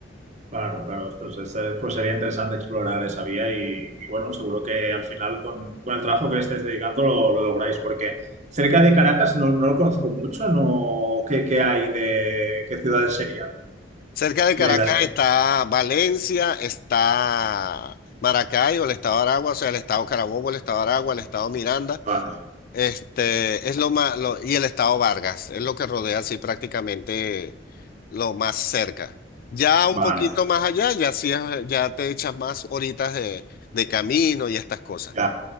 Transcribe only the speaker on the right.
Claro, claro. Entonces, eh, pues sería interesante explorar esa vía y, y, bueno, seguro que al final con, con el trabajo que le estáis dedicando lo, lo lográis, porque cerca de Caracas no, no lo conozco mucho, no, ¿qué, qué hay de, qué ciudades serían?
De
las que...
Vale,
vale,
vale,
ya,